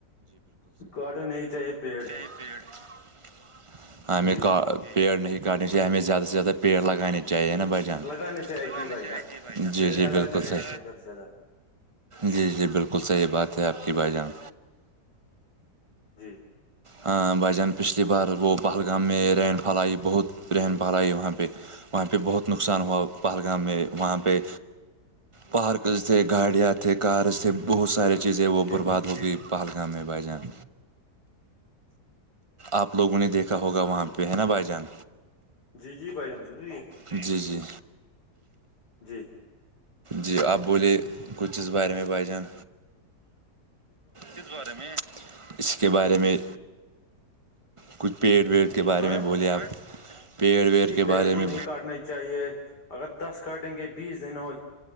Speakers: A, on the left; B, on the right.
A: کو آارڈر نہیں چاہیے <unintelligible> پیڑ <unintelligible>
B: یہ پیڑ <unintelligible> ہمیں
A: جی
B: پیڑ نہیں کاٹنے چاہیے ہمیں زیادہ سے زیادہ پیڑ لگانے چاہیے نا ب <unintelligible>
A: لگانا چاہیے جی بھائی جان
B: جی
A: پیڑ
B: جی
A: لگانا
B: بالکل
A: چاہیے
B: سر
A: بے زیادہ سے زیادہ
B: جی جی بالکل صحیح بات ہے آپ کی بھائی جان
A: جی
B: ہ بھائی جان پچھلی بار وہ پہلگام میں رین فال آئی بہت پن پہال آئی وہاں پہ وہاں پہ بہت نقصان ہوا پہلگام میں وہاں پہ پارکز تھے گاڑیاں تھے کارز تھے بہت سارے چیزیں وہ
A: جی
B: برباد
A: جی
B: ہو گئی پہلگام میں بھائی جان آپ لوگوں نے دیکھا ہوگا
A: جی
B: وہاں پہ ہے نا بھائی جان
A: جی جی بھائی جان ضروری ہے
B: جی جی
A: جی
B: جی آپ بولے کچھ اس بارے میں بائی جان کس بارے میں اس کے بارے میں کچھ پیڑ ویڑ کے بارے
A: ہ
B: میں بولے آپ پیڑ ویڑ
A: جی
B: کے
A: پیڑ
B: بارے
A: کو
B: میں
A: نہیں کاٹنا چاہیے اگر دس کاٹیں گے بیس دن ہو